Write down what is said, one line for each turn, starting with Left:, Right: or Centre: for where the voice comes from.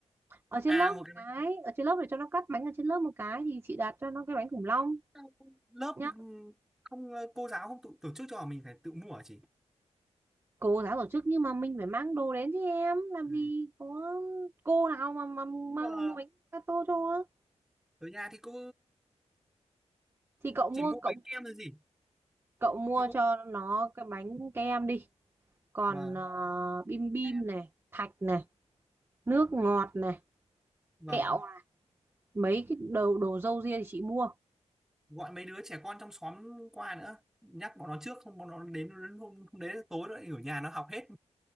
Right: ở trên
Centre: à
Right: lớp
Centre: một
Right: một
Centre: cái
Right: cái
Centre: bánh
Right: ở trên lớp để cho nó cắt bánh ở trên lớp một cái thì chị đặt cho nó cái bánh khủng long
Centre: sao lớp
Right: nhá
Centre: ừ, không ờ, cô giáo không tổ, tổ chức cho mình phải tự mua hả chị
Right: cô giáo tổ chức nhưng mà mình phải mang đồ đến chứ em làm
Centre: ừ.
Right: gì có cô nào mà mà
Centre: nhưng
Right: mang
Centre: mà
Right: mua bánh gato cho
Centre: ở nhà thì cô
Right: thì cậu mua
Centre: chỉ mua
Right: cậu
Centre: bánh kem là gì
Right: cậu mua
Centre: thế cô
Right: cho nó cái bánh kem đi còn
Centre: vâng
Right: ờ, bim bim
Centre: Ừ.
Right: này thạch này nước ngọt này
Centre: vâng
Right: kẹo này. mấy cái đồ đồ râu ria thì chị mua
Centre: gọi mấy đứa trẻ con trong xóm qua nữa nhắc bọn nó trước không bọn nó đến đến hôm, hôm đấy tối nó lại ở nhà nó học hết